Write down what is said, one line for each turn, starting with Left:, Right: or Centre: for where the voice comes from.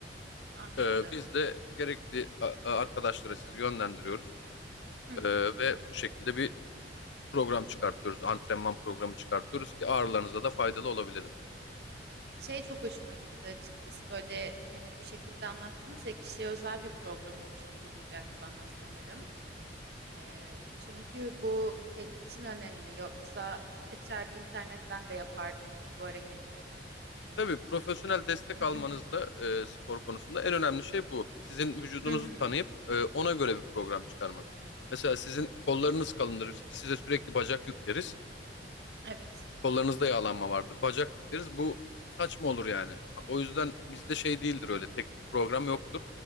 Right: Anladım.
Left: Ee, biz de gerekli a- a- arkadaşlara sizi yönlendiriyoruz
Right: Hı
Left: Ee,
Right: hı.
Left: ve bu şekilde bir program çıkartıyoruz. Antrenman programı çıkartıyoruz ki ağrılarınıza da faydalı olabilelim.
Right: Şey çok hoşuma gitti açıkçası böyle hani bu şekilde anlattınız ya kişiye özel bir program oluşturulacak bana sanırım. Ee, çünkü bu benim için önemli yoksa açar internetten de yapardım bu hareketleri.
Left: Tabii profesyonel destek
Right: <clears throat>
Left: almanız da e, spor konusunda en önemli şey bu. Sizin vücudunuzu
Right: Hı hı,
Left: tanıyıp e, ona göre bir program çıkarmak. Mesela sizin kollarınız kalındır. Biz size sürekli bacak yükleriz.
Right: evet.
Left: Kollarınızda yağlanma vardır. Bacak yükleriz. Bu saçma olur yani. Ha, O yüzden bizde şey değildir öyle. Tek tük program yoktur.